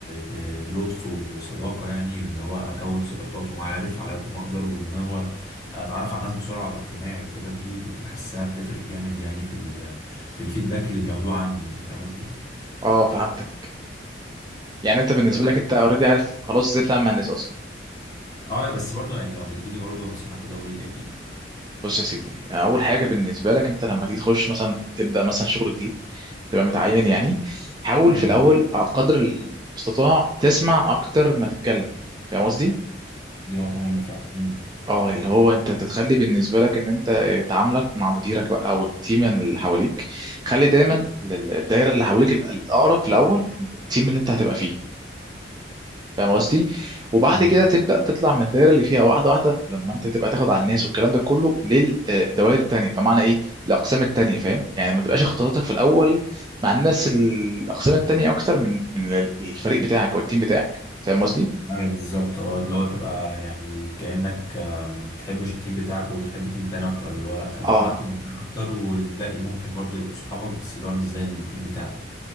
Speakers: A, on the left; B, on the right.
A: ب... بلطف وصداقة يعني اللي هو اكون صداقات ومعارف على قد ما اقدر وان هو اتعرف على الناس بسرعة وابقى اجتماعي وكده دي كنت بحسها بتفرق جامد يعني في ال... في الفيدباك اللي بياخدوه عني يعني فاهم قصدي؟
B: اه فهمتك يعني انت بالنسبه
A: بس
B: لك انت اوريدي عارف خلاص ازاي بتعمل مع الناس اصلا
A: اه بس برضو يعني لو هتديني برضو نصيحة كده قول لي اكيد
B: بص يا سيدي يعني اول حاجه بالنسبه لك انت لما تيجي تخش مثلا تبدا مثلا شغل جديد تبقى متعين يعني حاول
A: امم
B: في الاول على قدر المستطاع تسمع اكتر ما تتكلم فاهم قصدي
A: دي نقطة مهمة فعلا امم
B: اه اللي هو انت تتخلي بالنسبه لك ان انت تعاملك مع مديرك بقى او التيم اللي حواليك خلي دايما ال- الدايره اللي حواليك ال- الاقرب في الاول التيم اللي انت هتبقى فيه فاهم قصدي وبعد
A: امم
B: كده تبدا تطلع من الدايره اللي فيها واحده واحده لما انت تبقى تاخد على الناس والكلام ده كله للدوائر التانيه بمعنى ايه الاقسام التانيه فاهم يعني ما تبقاش اختلاطاتك في الاول مع الناس ال- الاقسام التانيه اكتر من من ال- الفريق بتاعك او التيم بتاعك فاهم قصدي
A: ايوه بالظبط اه اللي هو تبقى يعني كأنك آه، ما بتحبش التيم بتاعك وبتحب تيم تاني اكتر اللي هو لا خليك
B: اه
A: مع التيم بتاعك اكتر والباقي ممكن برضو يبقوا صحابك بس اللي هو مش زي التيم بتاعك